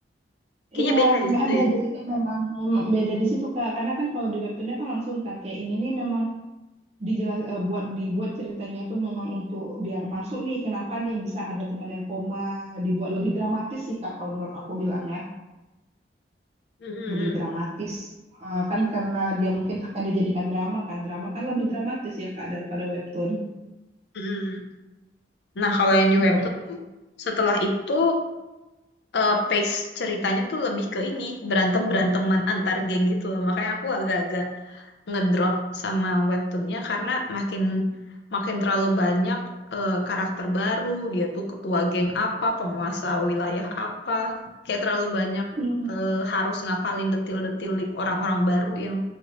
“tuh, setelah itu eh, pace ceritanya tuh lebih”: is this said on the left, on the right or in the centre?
Left